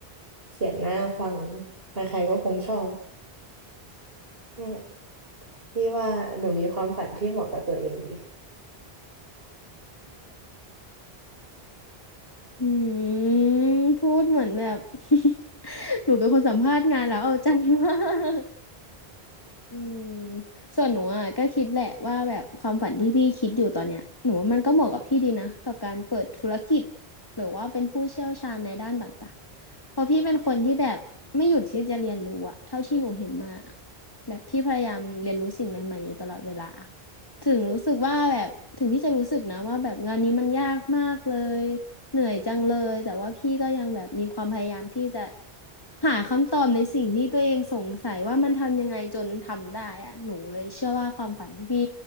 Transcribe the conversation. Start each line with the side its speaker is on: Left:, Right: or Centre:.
Right: เสียงน่าฟังใครๆก็คงชอบนั่นแหละพี่ว่าหนูมีความฝันที่เหมาะกับตัวเองดี
Left: อืมพูดเหมือนแบบ <laughs> หนูเป็นคนสัมภาษณ์งานแล้วเอาใจมาก อืมส่วนหนูอ่ะก็คิดแหละว่าแบบความฝันที่พี่คิดอยู่ตอนเนี้ยหนูว่ามันก็เหมาะกับพี่ดีนะกับการเปิดธุรกิจหรือว่าเป็นผู้เชี่ยวชาญในด้านต่างๆเพราะพี่เป็นคนที่แบบไม่หยุดที่จะเรียนรู้อะเท่าที่หนูเห็นมาแบบพี่พยายามเรียนรู้สิ่งใหม่ๆอยู่ตลอดเวลาถึงรู้สึกว่าแบบถึงพี่จะรู้สึกนะว่าแบบงานนี้มันยากมากเลยเหนื่อยจังเลยแต่ว่าพี่ก็ยังแบบมีความพยายามที่จะ หาคำตอบในสิ่งที่ตัวเองสงสัยว่ามันทำยังไงจนทำได้อะหนูเลยเชื่อว่าความฝันที่พี่